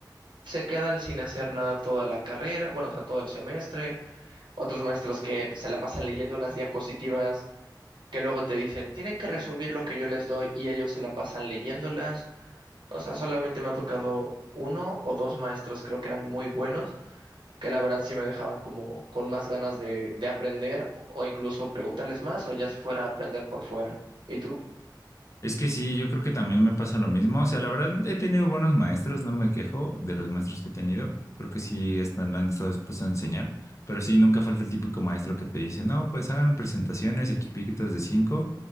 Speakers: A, on the right; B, on the left.
A: Se quedan sin hacer nada toda la carrera, bueno, o sea, todo el semestre. Otros maestros que se la pasan leyendo unas diapositivas que luego te dicen, tienen que resumir lo que yo les doy y ellos se la pasan leyéndolas. O sea, solamente me ha tocado uno o dos maestros, creo que eran muy buenos, que la verdad sí me dejaban como con más ganas de, de aprender o incluso preguntarles más o ya fuera a aprender por fuera. ¿Y tú?
B: Es que sí, yo creo que también me pasa lo mismo. O sea, la verdad, he tenido buenos maestros, no me quejo de los maestros que he tenido. Creo que sí están, han estado dispuestos a enseñar, pero sí, nunca falta el típico maestro que te dice, no, pues hagan presentaciones, equipitos de cinco